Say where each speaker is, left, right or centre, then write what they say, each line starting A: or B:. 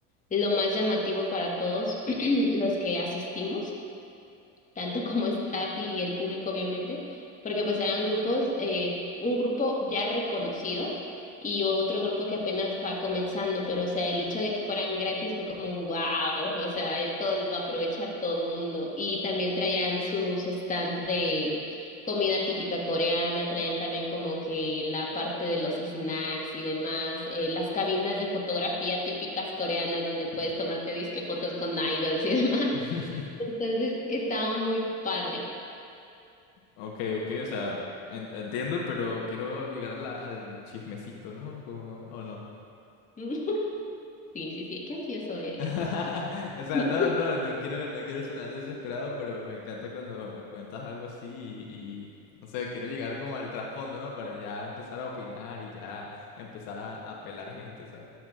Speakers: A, on the left; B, on the left.
A: lo más llamativo para todos <clears throat> los que asistimos tanto como staff y el público, obviamente, porque pues eran grupos, eh, un grupo ya reconocido y otro grupo que apenas va comenzando, pero o sea, el hecho de que fueran gratis fue como un wow, o sea, esto lo aprovecha todo mundo. Y también traían sus stands de comida típica coreana, traían también como que la parte de los snacks y demás, eh, las cabinas de fotografía típicas coreanas donde puedes tomarte disque fotos con idols y <laughs> demás.
B: <laughs>
A: Entonces estaba muy padre.
B: Ok, ok, o sea, en- entiendo, pero quiero llegar a la- al chismecito, ¿no? Como- ¿o no?
A: <laughs> Sí, sí, sí, qué ansioso eres.
B: <laughs>
A: ¿eh? ¿Qué?
B: O sea,
A: <laughs>
B: no, no, no quiero, no quiero sonar desesperado, pero me encanta cuando me cuentas algo así y, y, no sé, quiero llegar como al trasfondo, ¿no? Para ya empezar a opinar y ya empezar a, a pelar gente, ¿sabes?